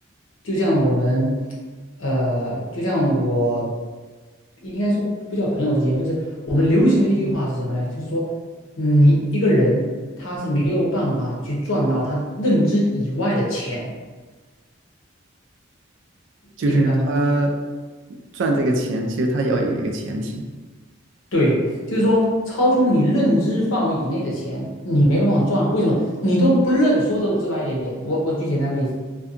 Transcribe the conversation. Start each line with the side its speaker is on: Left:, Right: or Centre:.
Left: 就像我们，呃，就像我，应该说不叫朋友之间，就是我们流行的一句话是什么呢？就是说，你一个人他是没有办法去赚到他认知以外的钱，
Right: 就是他
Left: 你明白吗？
Right: 赚这个钱，其实他要有一个前提。
Left: 对，就是说超出你认知范围以内的钱，你没办法赚啊。为什么？你都不认，说的直白一点点。我我举简单个例子，